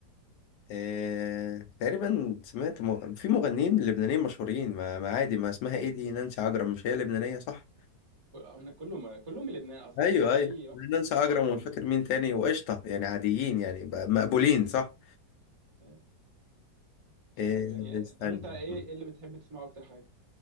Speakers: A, on the left; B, on the right.
A: آه، تقريبا سمعت م... في مغنيين لبنانيين مشهورين ما... ما عادي ما اسمها ايه دي نانسي عجرم مش هي لبنانية صح
B: احنا كلهم كلهم من لبنان اصلا
A: ايوه
B: اي
A: ايوه
B: اي واحد
A: نانسي
B: جامد
A: عجرم
B: هتلاقيه
A: ومش
B: من
A: فاكر
B: لبنان
A: مين تاني وقشطة يعني عاديين يعني ب- مقبولين صح
B: أي. مش
A: آه،
B: عارف يعني
A: استنى
B: طب انت ايه
A: ما
B: إيه اللي بتحب تسمعه اكتر حاجه